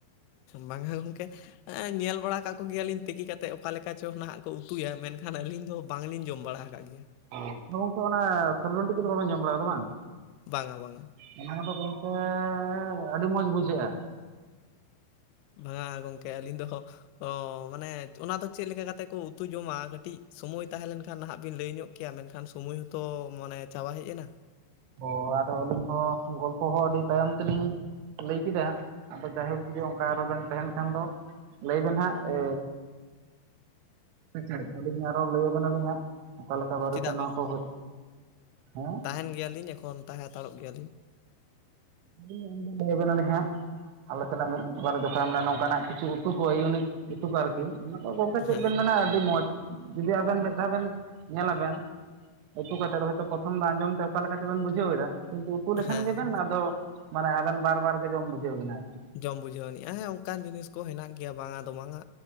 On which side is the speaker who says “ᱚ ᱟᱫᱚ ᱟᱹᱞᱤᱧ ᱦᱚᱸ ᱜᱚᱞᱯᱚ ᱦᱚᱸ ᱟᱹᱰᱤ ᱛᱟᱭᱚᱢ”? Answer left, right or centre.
Right